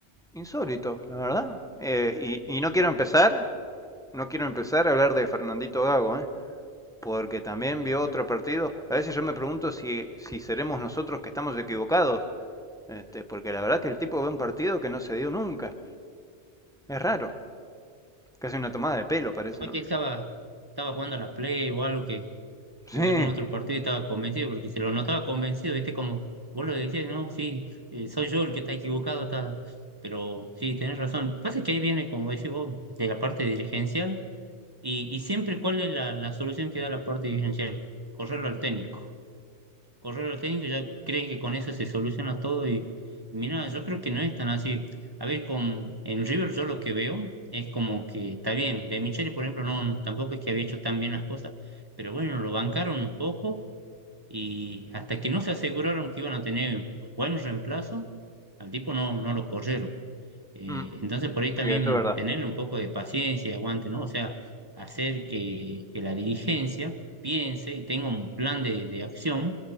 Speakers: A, in the centre; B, on the right.
A: insólito, la verdad. Eh, y, y no quiero empezar, no quiero empezar a hablar de Fernandito Gago, ¿eh? porque también vio otro partido. A veces yo me pregunto si, si seremos nosotros que estamos equivocados, este, porque la verdad que el tipo ve un partido que no se dio nunca. Es raro, casi una tomada de pelo parece,
B: Capaz
A: ¿no?
B: que estaba, estaba jugando a la Play o algo que,
A: Sí,
B: que vi algún otro partido y estaba convencido, porque se lo notaba convencido, viste, como vos lo decías, no, sí, eh, soy yo el que está equivocado, está... pero sí, tenés razón. Pasa que ahí viene, como decís vos, de la parte dirigencial, y, y siempre cuál es la, la solución que da la parte dirigencial, correrlo al técnico correr al técnico, ya creen que con eso se soluciona todo y mira, yo creo que no es tan así. A ver, con en River yo lo que veo es como que está bien, de Michele, por ejemplo, no tampoco es que había hecho tan bien las cosas, pero bueno, lo bancaron un poco y hasta que no se aseguraron que iban a tener buenos reemplazos, al tipo no, no lo corrieron. Eh,
A: Mm.
B: entonces, por ahí también
A: sí, eso es verdad.
B: tener un poco de paciencia y aguante, ¿no? O sea, hacer que, que la dirigencia piense y tenga un plan de, de acción